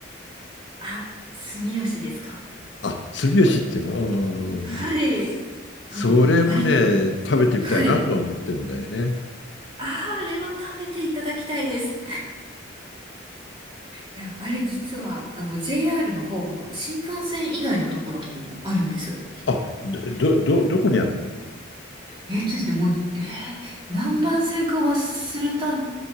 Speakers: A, on the right (about 25°); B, on the left (about 65°).
A: あ、住吉ですか。
B: あ、住吉っていうの、うんうんうん
A: はい。あ、
B: それもね、
A: もう、あれ、
B: 食べてみたいなと思ってんだよね。
A: はい。あー、あれは食べていただきたいです。いや、あれ実は、あの、JR のホームの新幹線以外のところにもあるんです。
B: あ、ど、ど、どどこにあるの
A: えっとですね、もう、えー何番線か忘れたん